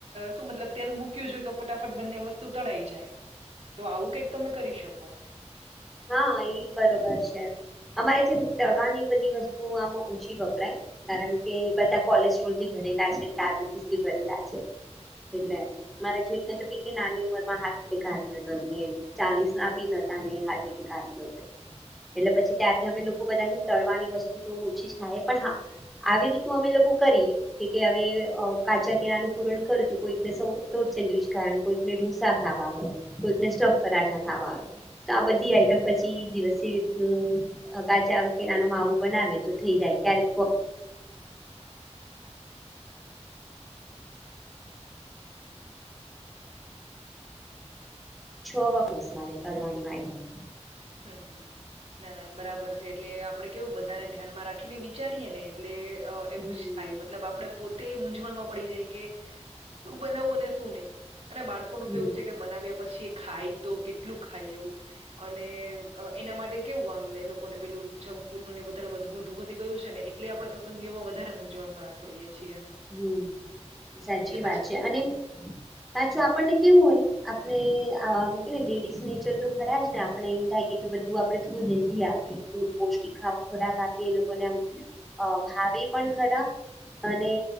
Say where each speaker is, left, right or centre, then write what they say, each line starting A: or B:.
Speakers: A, on the right; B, in the centre.
A: શું મતલબ તેલ મૂક્યું જો તો ફટાફટ બંને વસ્તુ સુતડાઈ જાય તો આવું કંઈક તમે કરી શકો
B: હા એ બરોબર છે અમારે છે તળવા ની બધી વસ્તુ આમાં ઓછી વપરાય કારણ કે બધા કોલેસ્ટ્રોલ થી ભરેલા છે ડયાબિટીસ થી ભરેલા છે એટલે મારા જેઠને તો કેટલી નાની ઉંમર માં હાર્ટ એટેક આવ્યો હતો એટલે ચાલીસ ના બીનતા ને હાર્ટ એટેક શ કાર જાય એટલે પછી ત્યારથી અમે લોકો બધા છે ને તળવાની વસ્તુ તો ઓછી જ ખાય પણ હા આવી રીતનું અમે લોકો કરીએ કે હવે કાચા કેરાનું પૂરણ કરું હતું કોઈકને ટ સેન્ડચ કાર કોઈક ઢોસા ખાવા હોય કોઈકને સ્ટફ પરાઠા ખાવા હોય તો આ બધી પછી દિવસ એવી રીતનું કાચા કે નાનું માવું બનાવે તો થઈ જાય કાઈક છ વખત મારે કરવાની વાયટમ
A: હમ હમ ના ના બરાબર છે એટલે આપણે કેવું બધાને ધ્યાનમાં રાખીને વિચારીએ ને એટલે એવું
B: હમ
A: જ થાય મતલબ આપડે પોતે મૂંઝવણમાં પડી જાય કે શું બનાવવું અને શું નહી અને બાળકોનું
B: હમ
A: તો એવું છે કે બનાવ્યા પછી ખાય તો કેટલું ખાય એવું અને એના માટે કેવું આમને એ લોકોને પેલું જંક ફૂડ નું ને બધુ હોય ધવતી ગયું છે ને એટલે આપણે પસંદગીઓમાં વધારે મૂંઝવણમાં પડીએે છીએ
B: હમ સાચી
A: એટલે પછી
B: વાત છે અને પાછું આપણને કેવું હોય આપણેમ કેને લેડીઝ નેચર તો ખરા ને આપણે એમ થાય કે બધું આપડે થોડું હેલ્ધી આપીએ થોડું પૌષ્ટિક ખોરાક આપી એ લોકોને ભાવે પણ ખરાબ અને